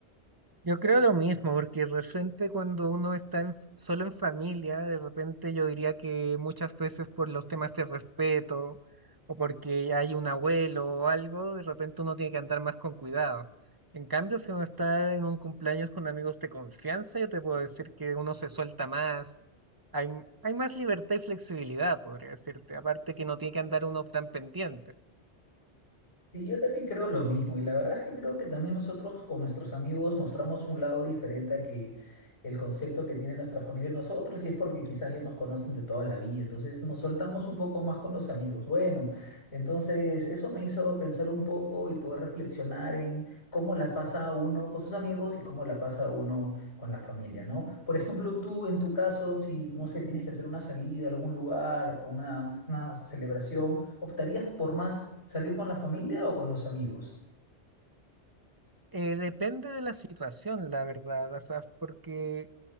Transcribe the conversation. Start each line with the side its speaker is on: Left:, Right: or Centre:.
Right: Yo creo lo mismo, porque de repente cuando uno está en- solo en familia, de repente yo diría que muchas veces por los temas de respeto o porque hay un abuelo o algo, de repente uno tiene que andar más con cuidado. En cambio, si uno está en un cumpleaños con amigos de confianza, yo te puedo decir que uno se suelta más, hay, m- hay más libertad y flexibilidad, podría decirte, aparte que no tiene que andar uno tan pendiente.
Left: Y yo también creo lo mismo, y la verdad es que creo que también nosotros con nuestros amigos mostramos un lado diferente a que el concepto que tiene nuestra familia de nosotros, y es porque quizás ya nos conocen de toda la vida, entonces nos soltamos un poco más con los amigos. Bueno, entonces eso me hizo pensar un poco y poder reflexionar en cómo la pasa uno con sus amigos y cómo la pasa uno con la familia, ¿no? Por ejemplo, tú en tu caso, si, no sé, tienes que hacer una salida a algún lugar, a una, una celebración, ¿optarías por más salir con la familia o con los amigos?
Right: Eh, depende de la situación, la verdad, o sea, porque